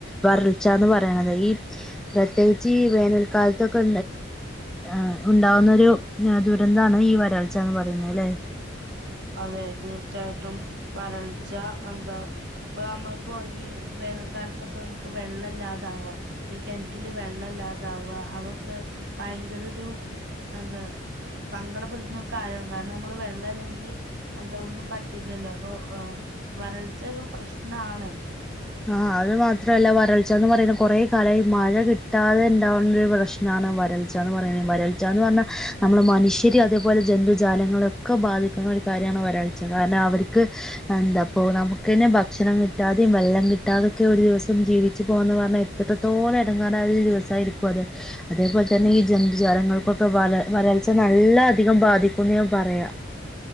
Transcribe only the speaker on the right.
അതെ തീർച്ചയായിട്ടും വരൾച്ച എന്താ ഇപ്പൊ നമ്മളിപ്പോ ഈ വേനൽക്കാലത്തൊക്കെ നമുക്ക് വെള്ളം ഇല്ലാതാവുക ഈ കെണറ്റില് വെള്ളല്ലാതാവുക അതൊക്കെ ഭയങ്കര ഒരു എന്താ സങ്കടപ്പെടുത്തുന്ന ഒരു കാര്യമാണ് കാരണം നമ്മള് വെള്ളം ഇല്ലെങ്കി അതാ ഒന്നും പറ്റില്ലല്ലോ അപ്പൊ വരൾച്ച ഒരു പ്രശ്നാണ്.